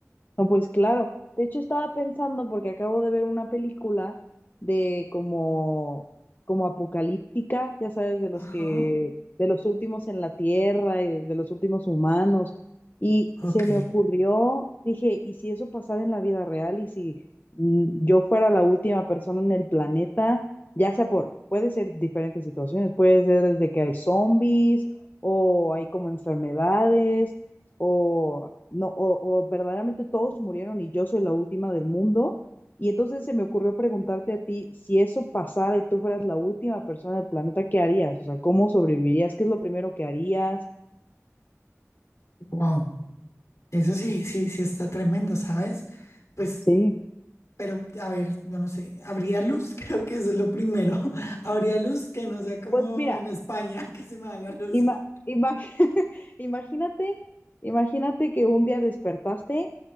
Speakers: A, on the left; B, on the left.
A: No, pues claro. De hecho, estaba pensando, porque acabo de ver una película de como, como apocalíptica, ya sabes, de los
B: Ajá,
A: que, de los últimos en la Tierra y de, de los últimos humanos. Y
B: ok.
A: se me ocurrió, dije, ¿y si eso pasara en la vida real? ¿Y si mm, yo fuera la última persona en el planeta? Ya sea por, puede ser diferentes situaciones, puede ser desde que hay zombies o hay como enfermedades o no, o, o verdaderamente todos murieron y yo soy la última del mundo. Y entonces se me ocurrió preguntarte a ti, si eso pasara y tú fueras la última persona del planeta, ¿qué harías? O sea, ¿cómo sobrevivirías? ¿Qué es lo primero que harías?
B: Wow, eso sí, sí, sí está tremendo, ¿sabes? Pues
A: Sí,
B: Pero, a ver, yo no sé, habría luz, <laughs> creo que eso es lo primero. <laughs> Habría luz que no sea como
A: Pues mira,
B: en España, <laughs> que se me da la luz
A: ima-
B: y...
A: ima- <laughs> imagínate, imagínate que un día despertaste